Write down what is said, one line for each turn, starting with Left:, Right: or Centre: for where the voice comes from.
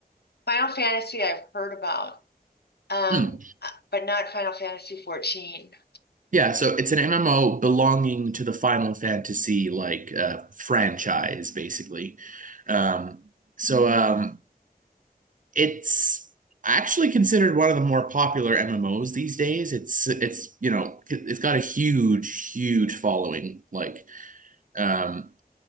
Left: Final Fantasy I've heard about, um,
Right: Hmm.
Left: but not Final Fantasy 14.
Right: Yeah, so it's an MMO belonging to the Final Fantasy like uh, franchise, basically. Um, so um, it's actually considered one of the more popular MMOs these days. It's it's you know it's got a huge huge following. Like um,